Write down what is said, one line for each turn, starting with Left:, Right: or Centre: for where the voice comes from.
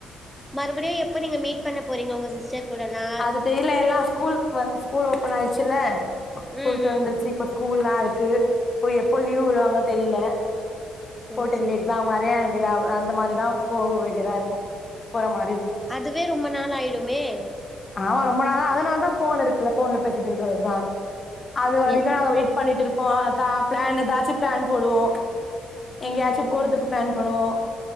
Centre: மறுப்டியு எப் எப்ப நீங்க மீட் பண்ண போறீங்க உங்க சிஸ்டர் கூடலா
Left: அது தெரில எல்லா ஸ்கூல் வ ஸ்கூல் ஓபன் ஆயிரு சில்ல ஸ்கூல்
Centre: ம்
Left: தொரந்துருச்சு
Centre: ம்
Left: இப்ப ஸ்கூல்லா இருக் க்கு போய் எப்ப லீவ் வுட்ராங்க தெரில
Centre: செரி
Left: ஹாட்டலி
Centre: செரி
Left: லீவ் அவ அரையாண்டு அந்த மாரிதா போக வேண்டியதா இருக்கு போற ம
Centre: அதுவே ரொம்ப நாளாயிடுமே
Left: ஆமா ரொம்ப நாளா அதனா அதா ஃபோன் இருக்குல போன்ல பேசிட் இருக்கிறதா அது வரிக்கு
Centre: என்
Left: நாங்க வெயிட் பண்ணிட்டு இருப் ஓ தா ப்ளான் எதாச்சி பிளான் போடுவோ எங்கயாச்சு
Centre: ம்
Left: போறதுக்கு பிளான் பண்ணுவோ